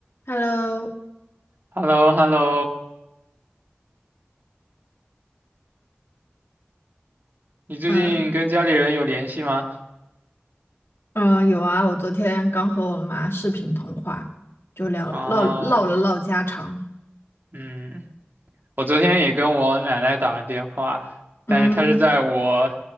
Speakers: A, on the left; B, on the right.
A: Hello，
B: h e l l o h e l l o 你最近跟家里人有联系吗？
A: 嗯嗯，有啊，我昨天刚和我妈视频通话，就聊唠唠了唠家常。
B: 啊，嗯，我昨天也跟我奶奶打了电话，
A: 嗯，
B: 但是她是在我